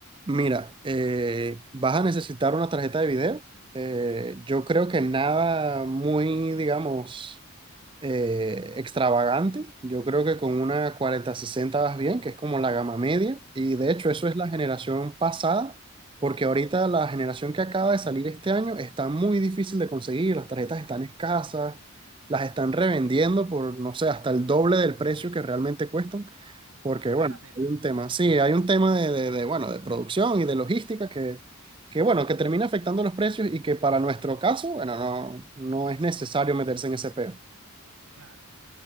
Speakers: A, on the right; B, on the right.
A: Mira, eh, vas a necesitar una tarjeta de video. Eh, yo creo que nada muy, digamos eh, extravagante. Yo creo que con una cuarenta sesenta vas bien, que es como la gama media. Y de hecho,
B: Ok,
A: eso es la generación pasada, porque ahorita la generación que acaba de salir este año está muy difícil de conseguir. Las tarjetas están escasas, las están revendiendo por, no sé, hasta el doble del precio que realmente cuestan. Porque,
B: no
A: bueno,
B: vale la pena.
A: hay un tema, sí, hay un tema de, de- de, bueno, de producción y de logística que. que bueno, que termina afectando los precios y que para nuestro caso, bueno, no, no es necesario meterse en ese peo.
B: Claro,